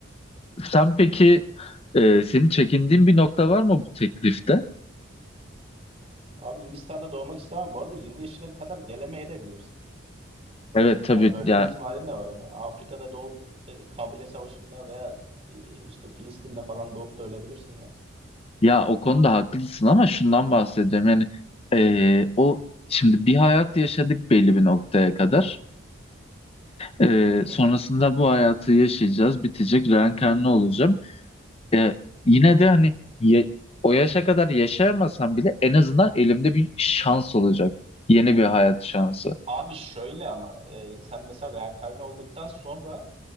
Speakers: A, on the left (about 30°); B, on the right (about 30°).
A: Sen peki e, senin çekindiğin bir nokta var mı bu teklifte?
B: Abi Hindistan'da doğmak istemem. Bu arada 20 yaşına kadar gelemeyebilirsin.
A: Evet tabii
B: Yani ölme
A: ya
B: ihtimalin de var yani. Afrika'da doğup e, Kabile Savaşı'nda veya e, işte Filistin'de falan doğup da ölebilirsin yani.
A: ya o konuda haklısın ama şundan bahsediyorum. Yani e, o şimdi bir hayat yaşadık belli bir noktaya kadar. E,
B: Hı
A: sonrasında
B: hı.
A: bu hayatı yaşayacağız, bitecek, reenkarnı olacağım. E, yine de hani ye- o yaşa kadar yaşayamasam bile en azından elimde bir şans olacak. Yeni bir hayat şansı.
B: Abi şöyle ama e, sen mesela reenkarne olduktan sonra